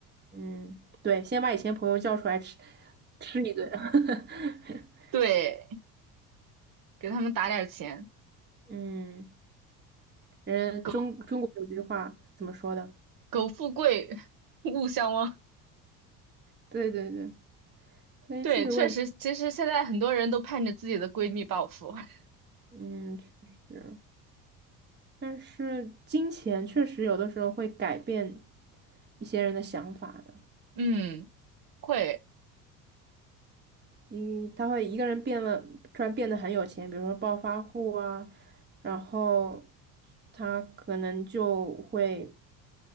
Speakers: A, on the right; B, on the right.
A: 嗯，对，先把以前朋友叫出来吃吃一顿。<laughs>
B: 对，给他们打点儿钱，
A: 嗯，人中中国有句话怎么说的？
B: 苟苟富贵，<laughs> 勿相忘。
A: 对对对，所以这个问题，
B: 对，确实，其实现在很多人都盼着自己的闺蜜暴富。<laughs>
A: 嗯，确实，但是金钱确实有的时候会改变一些人的想法的。
B: 嗯，会，
A: 因为他会一个人变了，突然变得很有钱，比如说暴发户啊，然后他可能就会，